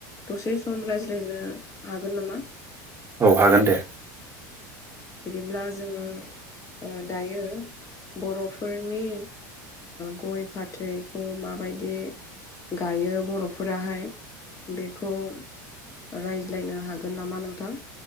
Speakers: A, on the left; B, on the right.
A: दसे सम रायज्लायनो हागोन नामा?
B: औ हागोन दे।
A: बिदिब्ला ओ जोङो ओ दायो बर'फोरनि गय फाथैखौ माबादि गायो बर'फोराहाय बेखौओ रायज्लायनो हागोन नामा नोंथां।